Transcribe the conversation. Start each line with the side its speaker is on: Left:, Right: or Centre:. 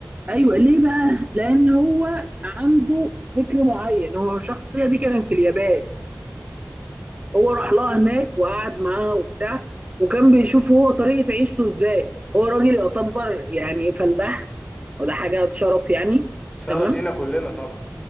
Right: ايوه ليه بقى؟ لان هو عنده فكر معين هو الشخصيه دي كانت في اليابان هو راح لها هناك وقعد معاها وبتاع وكان بيشوف هو طريقه عيشته ازاي هو راجل يعتبر يعني فلاح وده حاجه شرف يعني
Left: شرف
Right: تمام
Left: لينا كلنا طبعا